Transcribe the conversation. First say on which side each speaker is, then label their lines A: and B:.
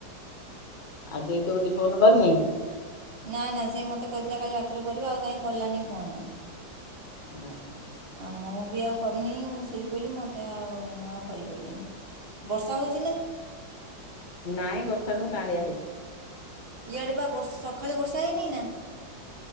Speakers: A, on the left; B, on the right.
A: ଆଉ ଦେଇ ତୋ କତିକି ଫୋନ୍ କରିନି।
B: ନା ନା ସେ ମତେ କହିଥିଲା କାଲି ରାତିରେ କରିବ ଆଉ କାହିଁ କଲାନି ଫୋନ।
A: <unintelligible>
B: ମୁଁ ବି ଆଉ କରିନି ମୁଁ ଶୋଇପଡ଼ଇଲି ମତେ ଆଉ ମୁଁ ଆଉ କରିପାରିଲିନି ବର୍ଷା ହଉଚି
A: ନାଇଁ ବର୍ଷା ନୁ କାଁଳିଆ ହେଇଚି।
B: ଇଆଡ଼େ ବା ବର୍ଷା ସକାଳୁ ବର୍ଷା ହେଇନି ନା।